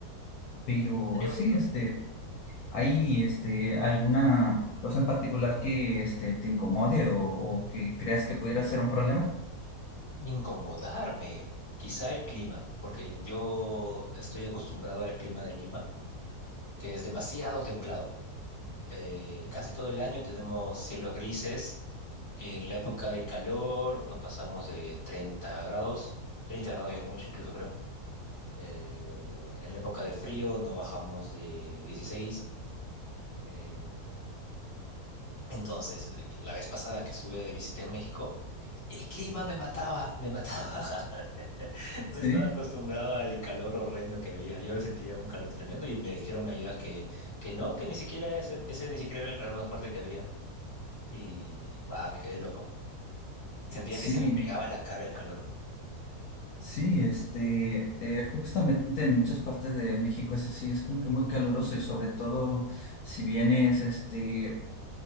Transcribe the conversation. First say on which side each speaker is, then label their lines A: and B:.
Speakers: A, on the left; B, on the left.
A: Pero
B: Sería
A: sí,
B: bonito.
A: este, ¿hay este, alguna cosa en particular que este, te incomode o, o que creas que pudiera ser un problema?
B: Incomodarme, quizá el clima, porque yo estoy acostumbrado al clima de Lima, que es demasiado templado. Eh, casi todo el año tenemos cielos grises. En la época de calor no pasamos de 30 grados. treinta grados ya es mucho, incluso creo. Eh, en la época de frío no bajamos de 16. Eh, entonces, la vez pasada que estuve de visita en México, el clima me mataba, me mataba. <laughs> <laughs> No
A: Sí,
B: estaba acostumbrado al calor horrendo que había. Yo sentía un calor tremendo y me dijeron allá que, que no, que ni siquiera ese, ese ni siquiera era el calor más fuerte que había. Y guau, me quedé loco. Sentía
A: sí.
B: que se me pegaba la cara el calor.
A: Sí, este, eh, justamente en muchas partes de México es así, es como que muy caluroso y sobre todo si vienes, este,